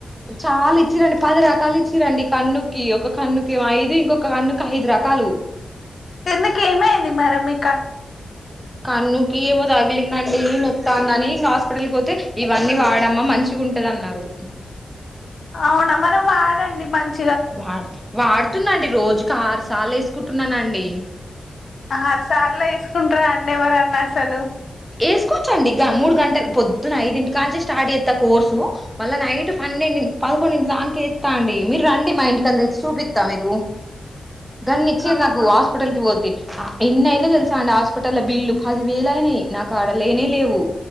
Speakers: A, in the centre; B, on the left.
A: చాలా ఇచ్చిరండి పది రకాలు ఇచ్చిరండి కన్నుకి ఒక కన్నుకి ఐదు ఇంకొక కన్నుకి ఐదు రకాలు
B: ఎందుకు ఏమైంది మరి మీకు
A: కన్నుకి ఏమో తగిలింది అండి స్తాందని ఇంకా హాస్పిటల్కి పోతే ఇవన్నీ వాడమ్మా మంచిగా ఉంటది అన్నారు
B: అవునా మరి వాడండి మంచి
A: వా వాడుతున్నాండి రోజుకి ఆరు సార్లు వేసుకుంటున్నానండి
B: ఆరు సార్లు వేసుకుంటార అండి ఎవరన్నా అసలు
A: వేసుకోవచ్చండి మూడు గంటలు పొద్దున ఐదింటి కాంచి స్టార్ట్ చేస్తా కోర్సు మళ్ళ నైట్ ఫ పెం పదకొండుంటి దాకే ఇస్తా అండి మీరు రండి మా ఇంటికి అంత తెచ్చి చూపిస్తా మీకు
B: <inaudible>
A: గన్ని ఇచ్చారు
B: అవునా
A: నాకు హాస్పిటల్ కి పోతే ఎన్ని అయినా తెలుసా అండి హాస్పిటల్ బిల్లు పది వేలు అయినాయి నాకు ఆడ లేనే లేవు